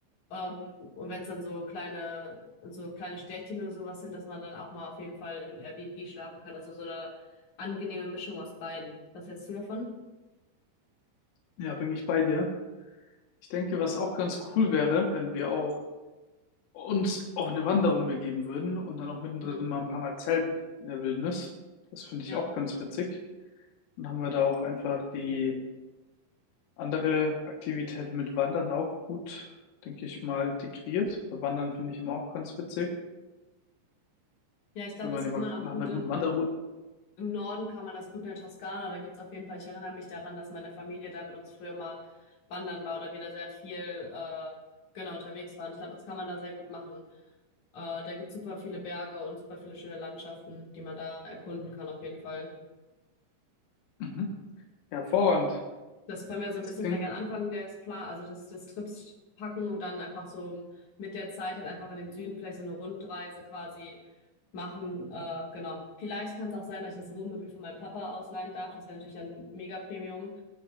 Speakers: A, on the left; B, on the left.
A: Ähm, und wenn es dann so kleine, so kleine Städtchen oder sowas sind, dass man dann auch mal auf jeden Fall in einem Airbnb schlafen kann. Also so eine angenehme Mischung aus beiden. Was hältst du davon?
B: Ja, bin ich bei dir. Ich denke, was auch ganz cool wäre, wenn wir auch uns auf eine Wanderung begeben würden und dann auch mittendrin
A: Mhm.
B: mal ein paar Mal zelten in der Wildnis. Das finde ich
A: Ja.
B: auch ganz witzig. Und haben wir da auch einfach die andere Aktivität mit Wandern auch gut, denke ich mal, integriert. Bei Wandern finde ich immer auch ganz witzig.
A: Ja, ich glaube,
B: Wenn
A: das
B: man immer
A: kann man auch
B: nach
A: gut
B: einer guten
A: in
B: Wanderroute.
A: Im Norden kann man das gut in der Toskana. Da gibt es auf jeden Fall, ich erinnere mich daran, dass meine Familie da mit uns früher mal wandern war oder wieder sehr viel äh, genau unterwegs waren. Ich glaube, das kann man da sehr gut machen. Äh, da gibt's super viele Berge und super viele schöne Landschaften, die man da erkunden kann auf jeden Fall.
B: Mhm. Hervorragend.
A: Das können wir so ein
B: Das
A: bisschen
B: klingt,
A: vielleicht am Anfang des Plan, also des, des Trips packen und dann einfach so mit der Zeit halt einfach in den Süden vielleicht so eine Rundreise quasi machen. Äh, genau. Vielleicht kann es auch sein, dass ich das Wohnmobil von meinem Papa ausleihen darf. Das wäre natürlich ein mega Premium.